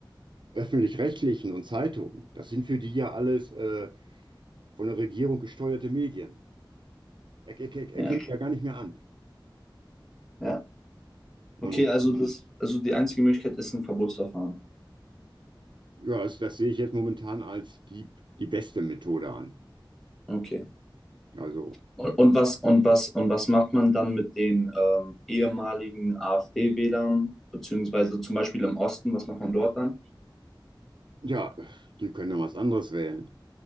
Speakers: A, on the right; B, in the centre.
A: öffentlich-rechtlichen und Zeitungen. Das sind für die ja alles äh, von der Regierung gesteuerte Medien. Er, er, er
B: ja.
A: er kennt die ja gar nicht mehr an.
B: Ja. Okay,
A: Und
B: also das, also die einzige Möglichkeit ist ein Verbotsverfahren.
A: ja, das, das sehe ich jetzt momentan als die, die beste Methode an.
B: Okay.
A: Also,
B: Und, und was, und was, und was macht man dann mit den ähm, ehemaligen AfD-Wählern, beziehungsweise zum Beispiel im Osten, was macht man dort dann?
A: ja, die können ja was anderes wählen.